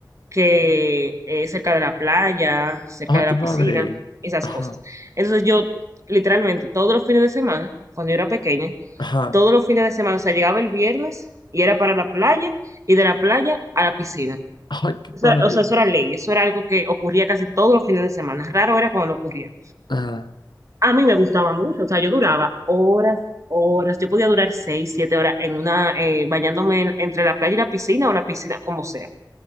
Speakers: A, on the right (about 45°); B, on the left (about 85°).
A: que es cerca de la playa, cerca
B: ah,
A: de la
B: qué padre.
A: piscina, esas
B: Ajá,
A: cosas. Entonces yo, literalmente, todos los fines de semana, cuando yo era pequeña,
B: ajá.
A: todos los fines de semana, o sea, llegaba el viernes y era para la playa y de la playa a la piscina.
B: Ay, qué padre.
A: Eso era- o sea, eso era ley, eso era algo que ocurría casi todos los fines de semana. Raro era cuando no ocurría.
B: Ah,
A: A mí me gustaba mucho, o sea, yo duraba horas, horas, yo podía durar seis, siete horas en una, eh, bañándome en- entre la playa y la piscina o la piscina, como sea.